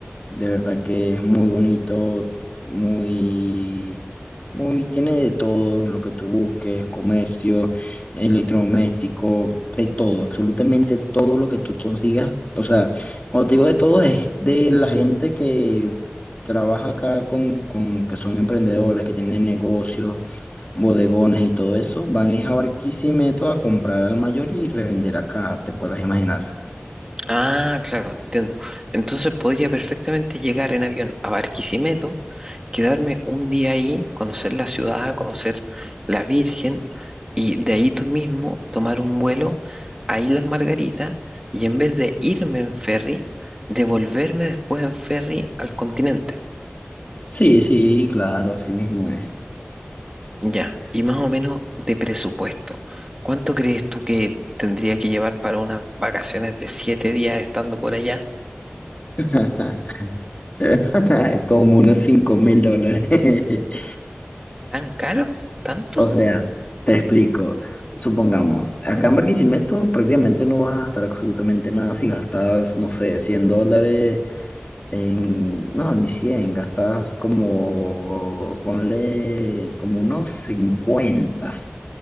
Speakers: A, on the left; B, on the right.
A: de verdad que es muy bonito, muy, muy, tiene de todo lo que tú busques, comercio, electrodoméstico, de todo, absolutamente todo lo que tú consigas. O sea, cuando te digo de todo es de la gente que trabaja acá con, con que son emprendedores, que tienen negocios, bodegones y todo eso, van es a Barquisimeto a comprar al mayor y revender acá, te podrás imaginar.
B: Ah, claro, entiendo. Entonces podría perfectamente llegar en avión a Barquisimeto, quedarme un día ahí, conocer la ciudad, conocer la Virgen y de ahí tú mismo tomar un vuelo a Islas Margarita y en vez de irme en ferry, devolverme después en ferry al continente.
A: Sí, sí, claro, así mismo es.
B: Ya, y más o menos de presupuesto, ¿cuánto crees tú que tendría que llevar para unas vacaciones de siete días estando por allá?
A: <laughs> <laughs> Como unos cinco mil dólares. <laughs>
B: ¿Tan caro? ¿Tanto?
A: O sea, te explico. Supongamos, acá en Barquisimeto prácticamente no vas a gastar absolutamente nada si gastas, no sé, 100 dólares en... No, ni 100, gastas como, ponle como unos 50.